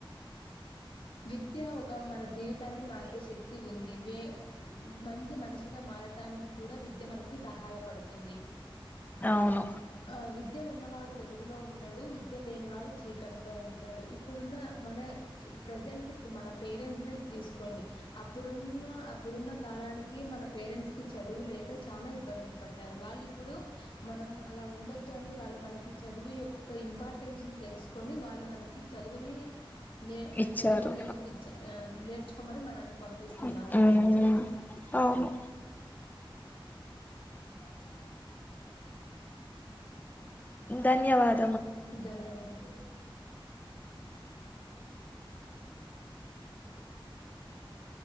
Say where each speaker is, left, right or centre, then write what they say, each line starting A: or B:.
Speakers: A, on the left; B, on the left.
A: విద్య ఒక మన జీవితాన్ని మార్చే శక్తి ఉంది. వే మంచి మనిషిగా మారటానికి కూడా విద్య మనకి సహాయపడుతుంది.
B: అవును
A: ఆ విద్య ఉన్నవాడు వెలుగులో ఉంటాడు, విద్య లేనివాడు చీకటిలో ఉంటాడు. ఇప్పుడున్న మన ఈ ప్రజెంట్ ఇప్పుడు మన పేరెంట్స్ నే తీసుకోండి. అప్పుడున్న అప్పుడున్న కాలానికి మన పేరెంట్స్ కి చదువు లేక చానా ఇబ్బందులు పడ్డారు. వాళ్ళు ఇప్పుడు మనం అలా ఉండొదని వాళ్ళు మనకి చదువు యొక్క ఇంపార్టెన్స్ తెలుసుకొని వాళ్ళు మనకి చదువుని నే
B: ఇచ్చారు
A: చదువునే ఇచ్చ ఆ నేర్ ర్చుకోమని మనల్ని పంపిస్తున్నారు
B: హు అవును అవును
A: త ద దకాం క
B: ధన్యవాద్
A: మ్మ్ ధన్యవాదములు జ్వరం వచ్చిందే అ